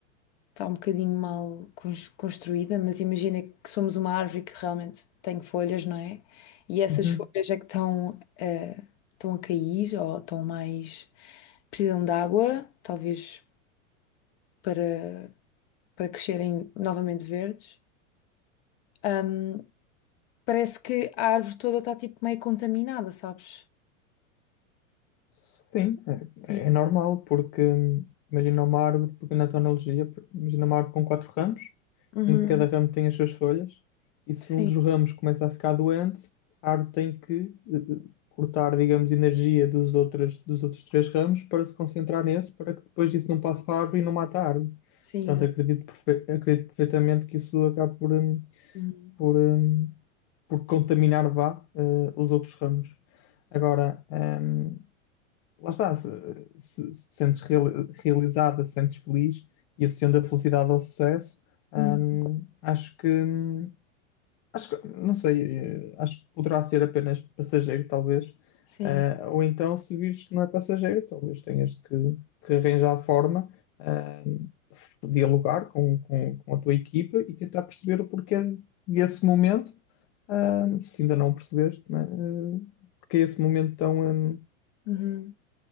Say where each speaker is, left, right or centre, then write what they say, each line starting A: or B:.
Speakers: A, on the left; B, on the left.
A: está um bocadinho mal cons- construída, mas imagina que somos uma árvore que realmente tem folhas, não é? E essas
B: uhum.
A: folhas é que estão, eh, estão a cair ou estão mais, precisam de água, talvez para, para crescerem novamente verdes. Ahm, parece que a árvore toda está tipo meio contaminada, sabes?
B: Sim,
A: Sim.
B: é, é normal, porque hum, imagina uma árvore, porque na tua analogia, por- imagina uma árvore com quatro ramos,
A: Uhum.
B: em que cada ramo tem as suas folhas, e se
A: Sim.
B: um dos ramos começa a ficar doente, a árvore tem que eh, eh, cortar, digamos, energia dos outros, dos outros três ramos para se concentrar nesse, para que depois disso não passe para a árvore e não mate a árvore.
A: Sim,
B: Portanto,
A: exato.
B: acredito, perfe- acredito perfeitamente que isso acaba por, hum,
A: Uhum.
B: por, hum, por contaminar, vá, eh, os outros ramos. Agora, hum, Lá está, se, se- se te sentes reali- realizada, se sentes feliz e associando a felicidade ao sucesso, hum,
A: Uhum.
B: acho que, hum, acho que, não sei, eh, acho que poderá ser apenas passageiro, talvez.
A: Sim.
B: Ah, ou então, se vires que não é passageiro, talvez tenhas que, que arranjar a forma, ah, de dialogar com, com, com a tua equipa e tentar perceber o porquê desse momento, ah, se ainda não o percebeste, né? Ah, porque é esse momento tão, hum,
A: Uhum.